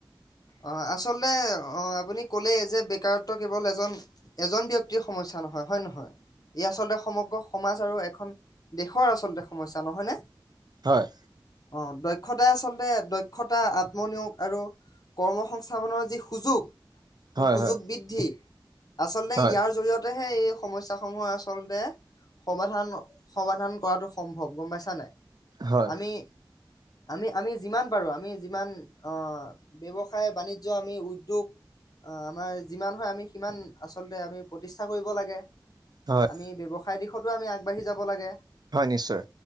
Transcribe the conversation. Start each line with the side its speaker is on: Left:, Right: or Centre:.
Left: অ আচলতে অ আপুনি কলে যে এককাৰত্ব কেৱল এজন এজন ব্যক্তিৰ সমস্যা নহয়। হয় হয় নহয় এই আচলতে সমগ সমাজ আৰু এখন দেশৰ আচলতে সমস্যা নহয় নে
Right: হয়
Left: অ তয় হদাই আচলতে দক্ষতা আত্মনিয়োগ আৰু কৰ্ম সংংস্থাপনৰ যি সুযোগ সেই
Right: হয়
Left: সুযোগ
Right: হয়
Left: বৃদ্ধি আচলতে
Right: হয়
Left: ইয়াৰ জৰিয়তে সে এই সমস্যাস সমূহ আচলতে সমাধান সমাধান কৰাটো সম্ভৱ গম পাইছা নাই
Right: হয়
Left: আমি আমি আমি যিমান পাৰো আমি যিমান আহ ব্যৱসায় বাণিজ্য আমি উদ্যোগ আমাৰ যিমান হয় আমি সিমান আচলতে আমি প্ৰতিষ্ঠা কৰিব লাগে।
Right: হয়
Left: আমি ব্যৱসায় তাৰ দিশত আমি আগবাঢি যাব লাগে।
Right: হয় নিশ্চয়